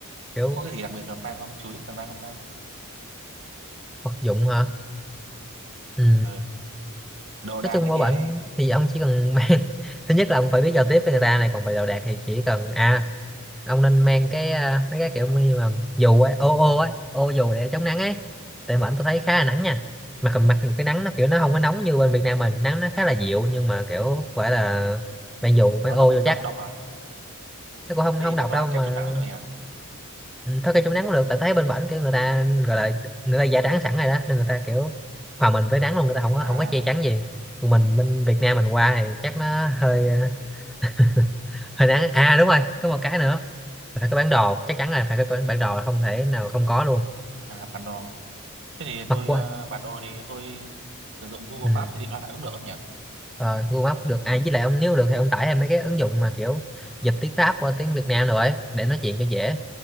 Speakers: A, in the centre; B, on the right.
A: kiểu
B: có, có cái gì đặc biệt cần mang không chú ý cần mang không ta
A: vật dụng hả ừ.
B: ừ. đồ
A: nói
B: đạc
A: chung
B: này
A: qua
B: kia
A: bệnh
B: ấy
A: thì ông chỉ cần <laughs> mang thứ nhất là ông phải biết giao tiếp với người ta này còn về đồ đạc thì chỉ cần à ông nên mang cái à, mấy cái kiểu như mà dù ấy ô ô ấy ô dù để chống nắng ấy tại mà anh tôi thấy khá là nắng nha mà cầm mặc dù cái nắng nó kiểu nó không có nóng như bên Việt Nam mình nắng nó khá là dịu nhưng mà kiểu phải là mang dù phải
B: nó
A: ô
B: đọc
A: vô chắc
B: đọc đọc à
A: nó cũng không
B: thế
A: không
B: thì
A: độc
B: tôi thoa
A: đâu mà
B: kem chống nắng nữa nhỉ
A: ừ, thôi cây chống nắng cũng được tại thấy bên bển kiểu người ta gọi là người ta da trắng sẵn rồi đó nên người ta kiểu hòa mình với nắng luôn người ta không có
B: à
A: không có che chắn gì còn mình bên Việt Nam mình qua thì chắc nó hơi <laughs> hơi nắng à đúng rồi có một cái nữa là phải có bản đồ chắc chắn là phải có bản đồ là không thể nào không có luôn
B: à bản đồ thế thì
A: mặc
B: tôi
A: quá
B: ờ, bản đồ thì tôi sử dụng Google
A: ừ.
B: Maps trên điện thoại cũng được không nhỉ
A: ờ, Google Maps được à với lại ông nếu được thì ông tải thêm mấy cái ứng dụng mà kiểu dịch tiếng Pháp qua tiếng Việt Nam rồi để nói chuyện cho dễ